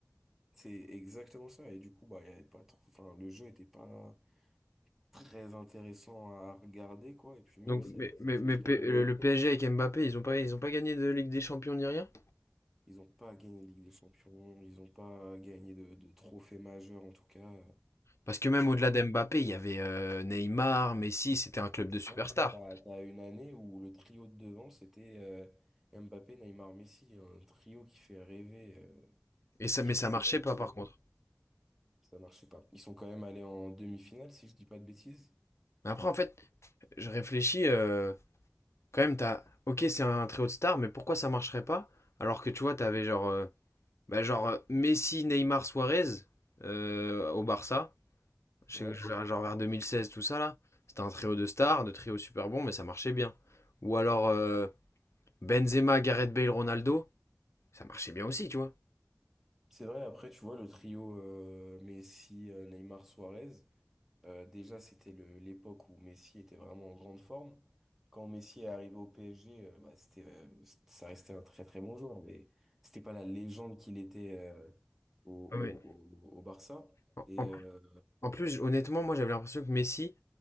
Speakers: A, in the centre; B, on the left.
A: C'est exactement ça. Et du coup, bah, il y avait pas trop... enfin, le jeu était pas très intéressant à regarder, quoi. Et puis même,
B: Donc,
A: ça-
B: mais,
A: c'était
B: mais, mais
A: très
B: P-
A: limité.
B: le le PSG avec Mbappé, ils ont pas, ils ont pas gagné de Ligue des Champions ni rien?
A: Ils n'ont pas gagné de Ligue des Champions, ils n'ont pas gagné de, de trophée majeur, en tout cas.
B: Parce que même au-delà
A: euh.
B: d'Mbappé, il y avait euh, Neymar, Messi, c'était un club de
A: C'est
B: superstars.
A: ça. T'as, t'as une année où le trio de devant, c'était euh, Mbappé, Neymar, Messi. Un trio qui fait rêver, euh,
B: Et ça,
A: qui
B: mais
A: fait
B: ça
A: rêver
B: marchait
A: tout
B: pas
A: le
B: par
A: monde.
B: contre.
A: Ça marchait pas. Ils sont quand même allés en demi-finale, si je dis pas de bêtises.
B: Mais après, en fait. je réfléchis, euh, quand même, t'as. Ok, c'est un trio de stars, mais pourquoi ça marcherait pas? Alors que tu vois, t'avais genre. euh, bah, genre euh, Messi, Neymar, Suarez euh, au Barça, je-
A: Ouais.
B: je- genre vers 2016, tout ça là. C'était un trio de stars, de trio super bon, mais ça marchait bien. Ou alors euh, Benzema, Gareth Bale, Ronaldo, ça marchait bien aussi, tu vois.
A: C'est vrai, après, tu vois, le trio euh, Messi, euh, Neymar, Suarez. Euh, déjà, c'était le- l'époque où Messi était vraiment en grande forme. Quand Messi est arrivé au PSG, euh, bah, c'était, euh, c- ça restait un très très bon joueur, mais c'était pas la légende qu'il était euh, au, au,
B: Ah, mais
A: au, au Barça.
B: en,
A: Et
B: en-
A: euh,
B: en plus, honnêtement, moi j'avais l'impression que Messi,